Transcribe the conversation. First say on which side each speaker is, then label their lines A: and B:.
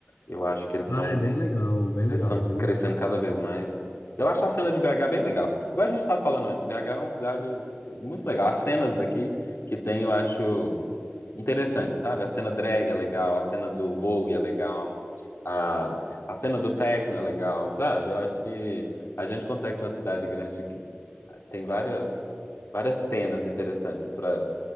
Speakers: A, on the left; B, on the left.
A: eu acho que eles estão
B: Ai, bem legal, bem legal,
A: eles estão
B: viu?
A: crescendo cada vez mais. Eu acho a cena de BH bem legal. Igual a gente estava falando antes, BH é uma cidade muito legal. As cenas daqui que tem, eu acho interessante, sabe? A cena drag é legal, a cena do Vogue é legal, a, a cena do techno é legal, sabe? Eu acho que a gente consegue ser uma cidade grande que tem várias, várias cenas interessantes para